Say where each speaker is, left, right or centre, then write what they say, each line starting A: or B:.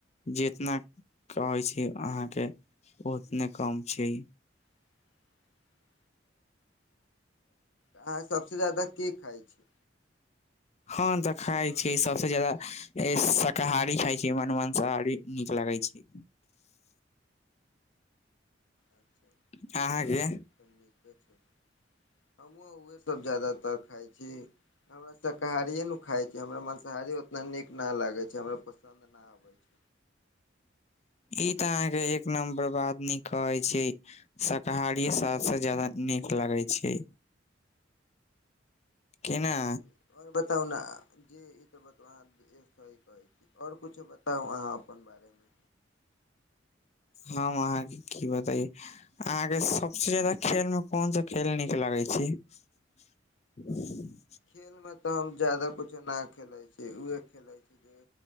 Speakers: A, on the left; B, on the left.
A: जितना कहै छी अहाँके उतने कम छै।
B: <inaudible> अहाँ सभसँ जादा की खाइ छी।
A: हम
B: जी
A: तऽ
B: ई
A: खाइ
B: बताउ अहाँ
A: छियै
B: नीके
A: सभसँ
B: कहै
A: जादा
B: छी
A: शाकाहारी खाइ छी मानु मंसाहारी निक लागे छै।
B: अच्छा
A: अहाँके
B: चलू नीके छै हमहूँ उएह सभ जदातर खाइ छी। हमरा शाकाहारिए ने खाइ छी हमरा माँसाहारी ओतना नीक न लागै छै हमरा पसन्द नहि आबै छै।
A: ई तऽ अहाँके एक नम्बर बाद न कहे छी। शाकाहारी सबसँ ज्यादा नीक लगै छै। कि
B: जी
A: नाऽ।
B: आओर बताउ ने जे ई त बता अहाँ सही कहे छी और कुछो बता। बताउ अहाँ अपन बारेमे
A: हम अहाँके की बताइये अहाँके सबसँ ज्यादा खेल में कोन सा खेल निक लागे छै। <unintelligible>
B: खेलमे तऽ हम जादा कुछ ना खेलै छी उहे खेलै छी जे